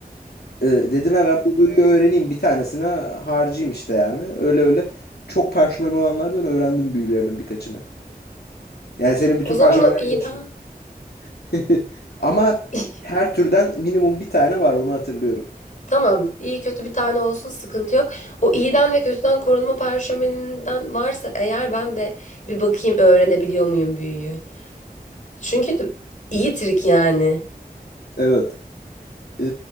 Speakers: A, on the left (about 85°); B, on the left (about 55°).
A: Ee, dedim ya ben bu boyu öğreneyim bir tanesine harcayayım işte yani. Öyle öyle çok parşömen olanlardan öğrendim büyülerinin birkaçını. Yani senin bütün
B: O zaman
A: parşömenler
B: o iyiden.
A: yok şimdi. <laughs> Ama
B: <laughs>
A: her türden minimum bir tane var onu hatırlıyorum.
B: Tamam, iyi kötü bir tane olsun sıkıntı yok. O iyiden ve kötüden korunma parşömeninden varsa eğer ben de bir bakayım öğrenebiliyor muyum büyüyü. Çünkü d- iyi trik yani.
A: Evet. Ee,